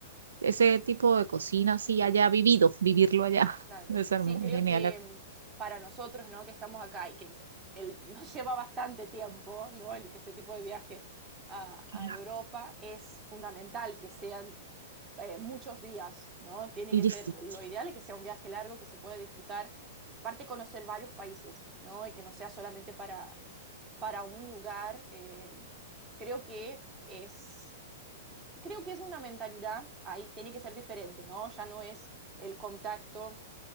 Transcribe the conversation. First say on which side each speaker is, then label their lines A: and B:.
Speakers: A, on the right; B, on the right.
A: ese tipo de cocina, así allá vivido, vivirlo allá. <laughs>
B: Claro,
A: Debe ser
B: sí,
A: muy
B: creo
A: genial,
B: que mm, para nosotros, ¿no? Que estamos acá y que no- el- <laughs> nos lleva bastante tiempo, ¿no? el- ese tipo de viaje a,
A: qué
B: a
A: largo.
B: Europa, es fundamental que sean eh, muchos días, ¿no? Tiene
A: Y
B: que
A: disfrutar.
B: ser, lo ideal es que sea un viaje largo, que se pueda disfrutar, aparte conocer varios países, ¿no? Y que no sea solamente para, para un lugar. eh, creo que es, creo que es una mentalidad, ahí tiene que ser diferente, ¿no? Ya no es el contacto